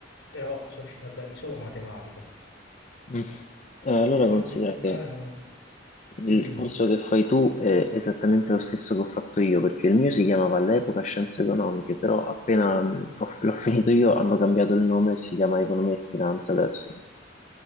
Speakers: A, on the left; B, on the left.
A: però sono riuscito a darmi solo matematica.
B: mm, eh, allora
A: Economia
B: considera
A: aziendale
B: che
A: non lo...
B: Il
A: Dimmi,
B: corso
A: dimmi.
B: che fai tu è esattamente lo stesso che ho fatto io, perché il mio si chiamava all'epoca Scienze Economiche, però appena mh, ho- l'ho finito io hanno cambiato il nome e si chiama Economia e Finanza adesso.